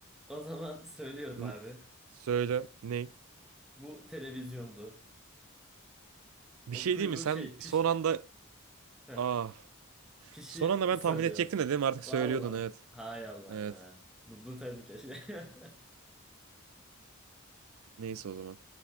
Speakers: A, in the centre; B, on the right (about 80°).
A: O zaman <laughs> söylüyorum
B: Hmm,
A: abi.
B: Söyle. Ne?
A: Bu televizyondu.
B: Bir
A: O
B: şey
A: kuyruğu
B: değil mi? Sen
A: şey fiş
B: son anda...
A: Heh,
B: Ah.
A: fişi
B: Son anda ben
A: söylüyor
B: tahmin edecektim
A: aslında.
B: de değil mi? Artık söylüyordun
A: Valla.
B: evet.
A: Hay Allah
B: Evet.
A: ya. Durdurtaydım keşke. <laughs>
B: Neyse o zaman.